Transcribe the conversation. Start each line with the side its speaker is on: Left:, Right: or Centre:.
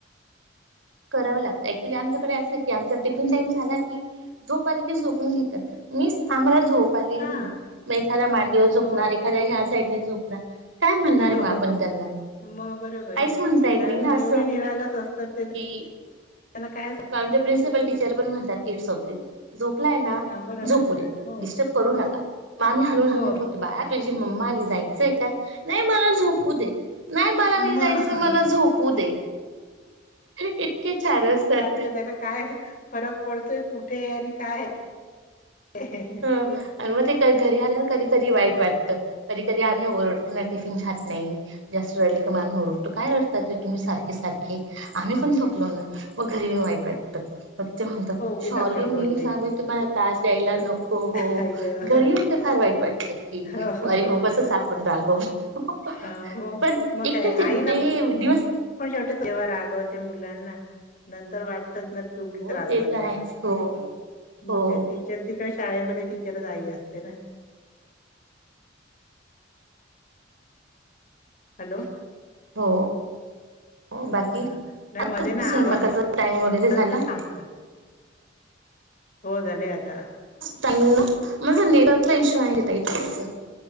Right: करावं लागतं ऍक्च्युली आमच्याकडे असं आहे की, आमचा टिफिन टाइम झाला, की झोप आला की झोपून घेतात. मिस आम्हाला झोप आलेली
Left: हा
Right: आहे, मग एखाद्या मांडीवर झोपणार
Left: हो
Right: एखाद्या ह्या साईडने झोपणार. काय म्हणणार आहे?
Left: हो
Right: मग आपण त्यांना
Left: मग बरोबर
Right: काहीच म्हणता येत
Left: आणि
Right: नाही ना असं.
Left: एवढे निरागस असतात ते
Right: की.
Left: त्यांना काय
Right: आमचे प्रिन्सिपल टीचर पण म्हणतात. It's okay! झोपलाय ना
Left: हा बरोबर
Right: झोपू द्या
Left: हो
Right: डिस्टर्ब करू नका, म आम्ही हालवून हालून
Left: हो
Right: उठवतो. बाळ तुझी मम्मा आली जायचंय, का? नाही मला झोपू दे. नाही मला नाही
Left: मग
Right: जायचं, मला झोपू दे इतके छान! असतात.
Left: तर
Right: ते
Left: त्यांना काय फरक पडतोय कुठे आहे? आणि काय आहे. ह ह.
Right: आणि मग ते घरी आल्या वर कधी कधी वाईट वाटतं कधी कधी आम्ही ओरडताना टिफिन खात नाही जास्त रडले का, आम्ही ओरडतो काय रडतात. ते तुम्ही सारखे सारखे आम्ही पण थकलो ना.? मग घरी येऊन वाईट वाटतं. म ते म्हणत
Left: हो उगीच
Right: शॉली
Left: आपण
Right: मी
Left: बोलले
Right: शमी तुम्हाला तास द्यायला नको. हो
Left: काय ग
Right: घरी येऊन, ते फार वाईट वाटतं की
Left: हो
Right: अरे! उगाचचं आपण रागवतो.
Left: अ हो
Right: पण
Left: मग
Right: एकच
Left: काय
Right: <unintelligible>
Left: आईला पण शेवटे तेव्हा, रागवते मुलांना नंतर वाट <unintelligible> उगीच
Right: हो
Left: रागवले,
Right: ते तर
Left: आपण
Right: आहेच हो हो
Left: मग काय टीचरची काय शाळे मध्ये? टीचरचं आई असतं, ना. हॅलो!
Right: हो. हो बाकी,
Left: हा नाही
Right: आत्ताच
Left: मध्ये ना
Right: स्वयंपाकाचा
Left: आवाज
Right: टाइम वगैरे
Left: असं
Right: झाला.
Left: थांबत हो, झाले आज.
Right: टाईम ना माझा नेटवर्कला इश्यू आहे थोडंसं.